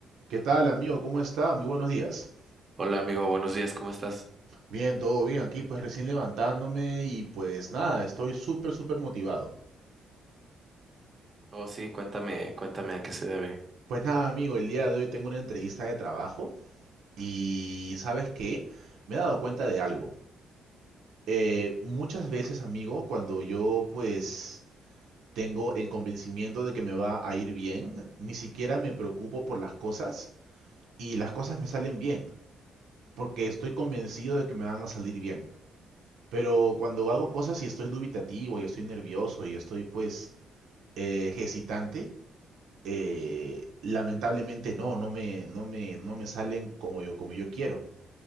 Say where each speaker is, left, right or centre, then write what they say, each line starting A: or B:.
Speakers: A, on the right; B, on the right.
A: ¿Qué tal, amigo? ¿Cómo está? Muy buenos días.
B: Hola amigo, buenos días, ¿cómo estás?
A: Bien, todo bien aquí, pues recién levantándome y pues nada, estoy súper, súper motivado.
B: Oh, sí, cuéntame, cuéntame a qué se debe.
A: Pues nada, amigo, el día de hoy tengo una entrevista de trabajo y ¿sabes qué? Me he dado cuenta de algo. Eh, muchas veces, amigo, cuando yo pues tengo el convencimiento de que me va a ir bien, ni siquiera me preocupo por las cosas y las cosas me salen bien, porque estoy convencido de que me van a salir bien. Pero cuando hago cosas y estoy dubitativo y estoy nervioso y estoy pues eh, hesitante, eh, lamentablemente no, no me, no me, no me salen como yo, como yo quiero.